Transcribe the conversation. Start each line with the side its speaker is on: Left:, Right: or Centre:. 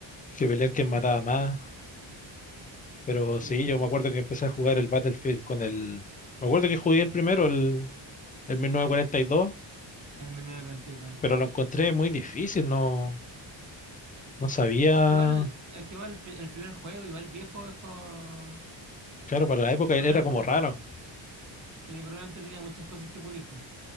Left: que pelear quién mataba más. Pero
Right: Sí.
Left: sí, yo me acuerdo que empecé a jugar el Battlefield con el... Me acuerdo que jugué el primero, el, el mil novecientos cuarenta y dos
Right: El 1942.
Left: pero lo encontré muy difícil. No, no sabía
Right: Es que igual, es que igual el pri- el primer juego, igual viejo, es como.
Left: Claro, para la época
Right: Probablemente,
Left: era como raro.
Right: sí, probablemente tenía muchas cosas que pulir, pues.